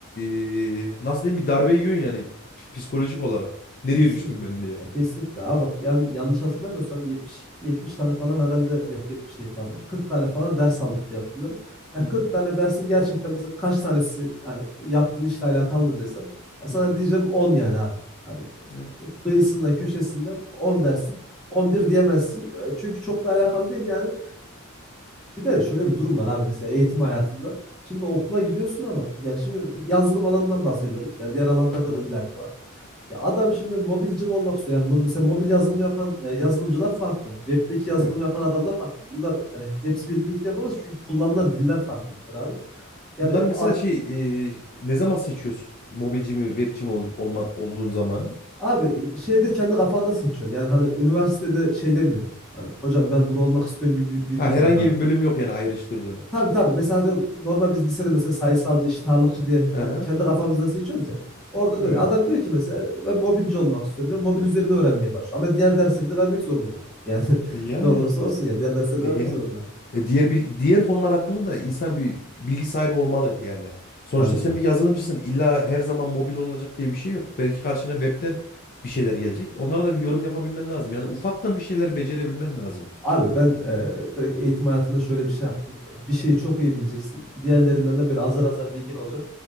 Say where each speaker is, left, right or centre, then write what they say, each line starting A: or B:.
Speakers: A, on the left (about 45°); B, in the centre.
A: e, nasıl diyeyim bir darbe yiyorsun yani psikolojik olarak. Nereye
B: Kesinlikle.
A: düştüm ben diye.
B: Ya kesinlikle. Abi bak yan, yanlış hatırlamıyorsam 70 70 tane falan herhalde yok 70 değil pardon. 40 tane falan ders aldık diye hatırlıyorum. Ya
A: Hı hı.
B: 40 tane dersin gerçekten mesela kaç tanesi yani yaptığın işle alakalıdır desem ya sana
A: Hı hı.
B: diyeceğim 10 yani abi. Hani
A: Evet.
B: kıyısından köşesinden 10 dersin. 11 diyemezsin. E, Çünkü çok da alakalı değil yani. Bir de şöyle
A: Evet.
B: bir durum var abi mesela eğitim hayatında. Şimdi okula gidiyorsun ama yani şimdi yazılım alanından bahsediyorum. Yani diğer alanlarda
A: Aha,
B: da illaki var. Ya adam şimdi mobilci mi olmak istiyor? Yani mo- mesela mobil yazılım yapan e, yazılımcılar farklı. Web'deki yazılım
A: Evet.
B: yapan adamlar farklı. Bunlar yani hepsi birbirini yapamaz çünkü kullanılan diller farklı bir kere abi. Yani
A: Bunlar mesela
B: ad-
A: şey e, ne zaman seçiyorsun? Mobilci mi, webci mi ol, olman, olduğun zamanı?
B: abi şeyde kendi kafanda seçiyorsun. Yani hani üniversitede şey demiyorsun. Hani hocam ben bunu olmak istiyorum gibi bir, bir
A: Ha
B: durum
A: herhangi
B: yok hani.
A: bir bölüm yok yani ayrıştırdığın.
B: Tabii tabii. Mesela diyorum, normal biz lisede mesela sayısalcı, eşit ağırlıkçı diye
A: Aha,
B: hani kendi kafamızdan seçiyoruz ya. Orada
A: evet.
B: da öyle. Adam diyor ki mesela ben mobilci olmak istiyorum diyor. Mobil üzerine öğrenmeye başlıyor. Ama diğer dersleri de vermek zorunda. Yani
A: Yani
B: <laughs> ne olursa olsun ya diğer dersleri
A: E
B: de vermek
A: yani
B: zorunda.
A: e diğer bil- diğer konular hakkında da insan bir bilgi sahibi olmalı yani. Sonuçta
B: Tabii
A: sen
B: ki.
A: bir yazılımcısın. İlla her zaman mobil olacak diye bir şey yok. Belki karşına webten bir şeyler gelecek. Onlara da bir yorum yapabilmen lazım. Yani ufaktan bir şeyler becerebilmen lazım.
B: Abi ben e, direkt eğitim hayatında şöyle bir şey yaptım. Bir şeyi çok iyi bileceksin. Diğerlerinden de böyle azar azar bilgin olacak.